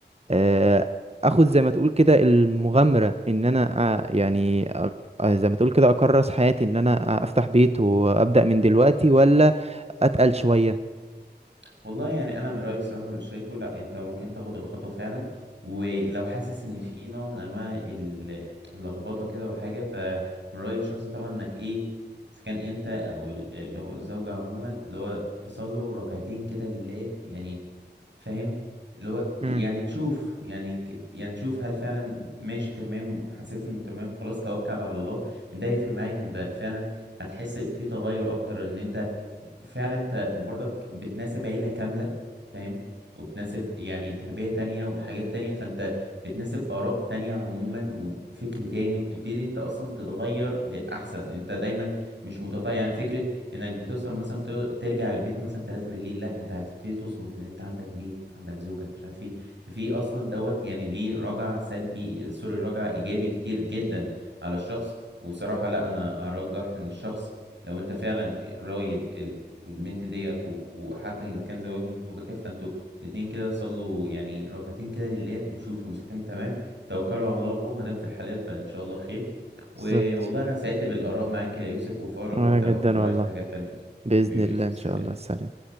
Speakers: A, on the right (about 35°); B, on the right (about 85°).
A: آه اخد زي ما تقول كده المغامرة ان انا آه يعني أ- آه، زي ما تقول كده اكرس حياتي ان انا افتح بيت وابدأ من دلوقتي ولا اتقل شوية
B: والله يعني انا من رايي الصراحه واللي شايفه لا انت ممكن تاخد الخطوه فعلا ولو حاسس ان في نوع من انواع ال- اللخبطه كده وحاجه فمن رايي الشخصي طبعا انك ايه اذا كان انت او ال- اللي هو الزوجه عموما اللي هو تصلوا ركعتين كده لله يعني فاهم اللي هو
A: امم
B: ت- يعني تشوف يعني ك- يعني تشوف هل فعلا ماشي تمام وحسيت انه تمام خلاص توكل على الله ان ده هيفرق معاك ان ده فعلا هتحس في تغير اكتر ان انت فعلا انت برضك بتناسب عيلة كاملة فاهم وبتناسب يعني تربية تانية وحاجات تانية فانت بتناسب آراء تانية عموما و- وفكر تاني وبتبتدي انت اصلا تتغير للأحسن انت دايما مش متطيع يعني فكرة انك بتوصل مثلا تر- ترجع البيت مثلا 3 بالليل لا انت هتبتدي تظبط لان انت عندك بيت عندك زوجة مش عارف ايه ففي اصلا دوت يعني ليه رجع سلبي سوري رجع ايجابي كتير جدا على الشخص وبصراحة لا انا ارجح ان الشخص لو انت فعلا رايد ال- البنت ديت و- وحتى إن كان زواج مبكر فانتوا الاتنين كده صلوا يعني ركعتين كده لله وشوفوا مسكن تمام توكلوا على الله وما دام في الحلال فان شاء الله خير ووالله
A: بالظبط
B: انا سعدت بالاراء معاك يا يوسف وفي اقرب
A: وانا
B: وقت باخد
A: جدا
B: رايك
A: والله
B: في حاجات تانية يا يوسف
A: بإذن
B: حبيبي
A: الله
B: يا يوسف
A: ان
B: سلام
A: شاء الله سلام